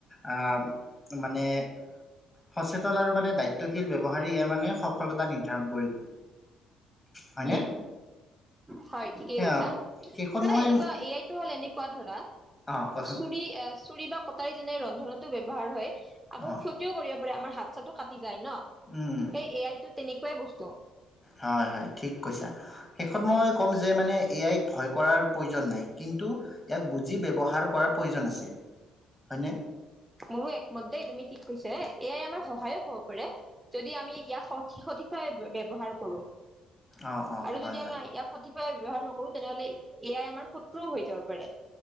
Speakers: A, on the left; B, on the right.
A: অ'হ। মানে সচেতন আৰু মানে দায়িত্বশীল ব্যৱহাৰে ইয়াৰ মে সফলতা নিৰ ধ্যান কৰিব হয়নে
B: উম হয়, ঠিকেই
A: সেয়া
B: কৈছা।
A: শেষত
B: মানে
A: মই
B: এনেকুৱা এ আইতটো হ'ল এনে কোৱা ধৰা
A: অ কোৱাচোন
B: চুৰি আহ চুৰি বা কটাৰী যেনে ৰন্ধনতো ব্যৱহাৰ হয় আকৌ
A: অ
B: ক্ষতিও কৰিব পাৰে মাৰ হাত চাতটো কাটি যাই ন'?
A: উম
B: সেই এ আইটো তেনেকুৱা। কোৱাই বস্ত
A: হয় হয় ঠিক কৈছা শেষত মই ক'ম যে মানে এয়াই ভয় কৰাৰ প্ৰয়োজন নাই, কিন্তু ইয়াক বুজি ব্যৱহাৰ কৰাৰ প্ৰয়োজন আছে, হয়নে?
B: মোৰো একমতই তুমি ঠিক কৈছা, এয়াই আমাৰ সহায়ক হব পাৰে যদি আমি ইয়াক সিক সঠিক ভাবে ব্যৱহাৰ কৰোঁ।
A: অ অ
B: আৰু
A: হয়
B: যদি
A: হয়
B: আমি ইয়াক ক্ষতি ব ব্যৱহাৰ নকৰো, তেনেহলে এয়াই আমাৰ শত্ৰুও হৈ যাব পাৰে।